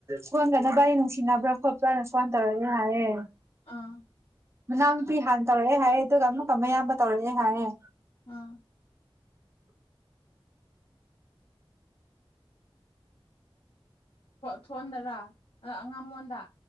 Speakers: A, on the right; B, on the left.
A: ꯐꯣꯟꯗꯅꯕꯒꯤ ꯅꯨꯡꯁꯤꯅꯕ꯭ꯔꯥ ꯈꯣꯠꯄ꯭ꯔꯥꯅ ꯐꯣꯟ ꯇꯧꯔꯒꯦ ꯍꯥꯏꯌꯦ
B: ꯑꯥ
A: ꯃꯅꯥꯎ ꯅꯨꯄꯤ ꯍꯥꯟ ꯇꯧꯔꯛꯑꯦ ꯍꯥꯏꯌꯦ ꯑꯗꯨꯒ ꯑꯃꯨꯛꯀ ꯑꯃ ꯑꯌꯥꯝꯕ ꯇꯧꯔꯛꯑꯦ ꯍꯥꯏꯌꯦ
B: ꯑꯥ ꯊꯣꯟꯗꯔ ꯑꯉꯥꯝꯕꯣꯟꯗ